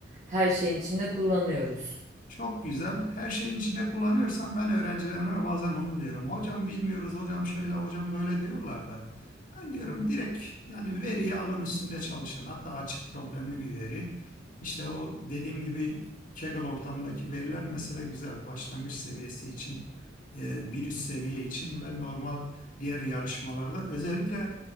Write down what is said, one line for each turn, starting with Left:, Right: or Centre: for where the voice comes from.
Right: her şeyin içinde kullanıyoruz.
Left: Çok güzel. Her şeyin içine kullanıyorsan ben öğrencilerime bazen onu diyorum. Hocam bilmiyoruz, hocam şöyle, hocam böyle diyorlar da. Ben diyorum
Right: hı,
Left: direkt yani veriyi alın üstünde çalışın. Hatta açık problemli bir veri. İşte o dediğim gibi Kaggle ortamındaki veriler mesela güzel. Başlangıç seviyesi için, e, bir üst seviye için ve normal diğer yarışmalarda. Özellikle